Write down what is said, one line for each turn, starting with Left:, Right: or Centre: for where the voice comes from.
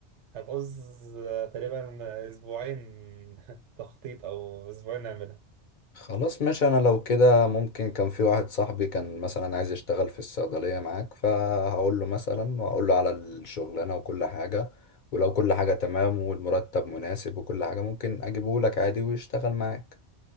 Right: هتعوز آه، تقريبا اسبوعين <laughs> تخطيط او اسبوعين نعملها
Left: خلاص ماشي انا لو كده ممكن كان في واحد صاحبي كان مثلا عايز يشتغل في الصيدلية معاك فهقول له مثلا وهقول له على الشغلانة وكل حاجة ولو كل حاجة تمام والمرتب مناسب وكل حاجة ممكن اجيبه لك عادي ويشتغل معاك